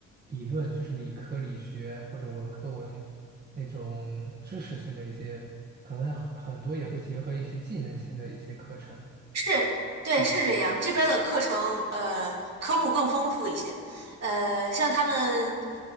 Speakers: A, on the right (about 35°); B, on the right (about 55°).
A: 理论，就是理科理学或者文科文那种知识性的一些，可能很很多也会结合一些技能性的一些课程。
B: 是，对，
A: 对
B: 是这样。这边儿的课程，呃，科目更丰富一些。呃，像他们